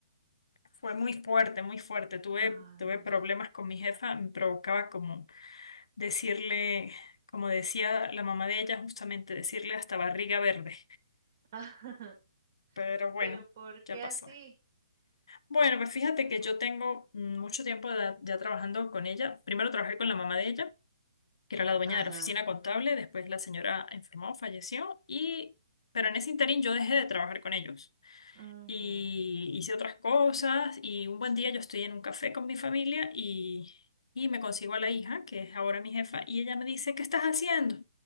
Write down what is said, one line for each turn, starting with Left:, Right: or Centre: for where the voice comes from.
Left: fue muy fuerte, muy fuerte. Tuve,
Right: Ay,
Left: tuve problemas con mi jefa, me provocaba como decirle, como decía la mamá de ella, justamente decirle hasta barriga verde.
Right: <laughs>
Left: Pero bueno,
Right: pero ¿por
Left: ya
Right: qué
Left: pasó.
Right: así?
Left: Bueno, pues fíjate que yo tengo mm, mucho tiempo de- ya trabajando con ella. Primero trabajé con la mamá de ella. que era la dueña
Right: Ajá.
Left: de la oficina contable, después la señora enfermó, falleció, y, pero en ese interín yo dejé de trabajar con ellos
Right: Ujú.
Left: y hice otras cosas y un buen día yo estoy en un café con mi familia y, y me consigo a la hija, que es ahora mi jefa, y ella me dice, ¿qué estás haciendo?